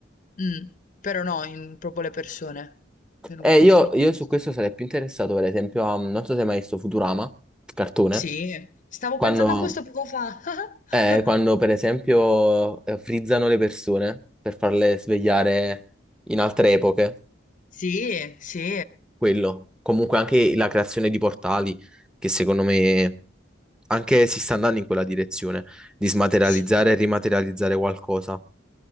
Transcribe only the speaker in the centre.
E
io,
io su questo sarei più interessato, per esempio, a, non so se hai mai visto Futurama, il cartone,
quando,
Mm.
eh, quando, per esempio eh, frizzano le persone per farle svegliare in altre epoche,
quello. Comunque anche la creazione di portali, che secondo me anche si sta andando in quella direzione, di smaterializzare
e rimaterializzare qualcosa.